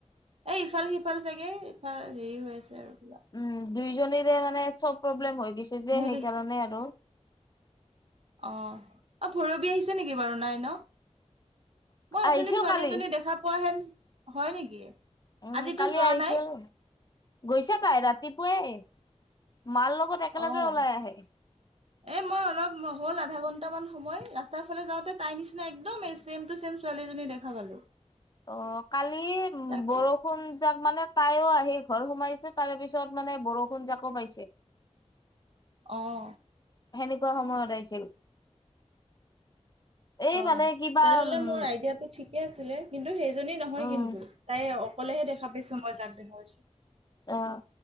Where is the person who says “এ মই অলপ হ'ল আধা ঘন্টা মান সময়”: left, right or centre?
Right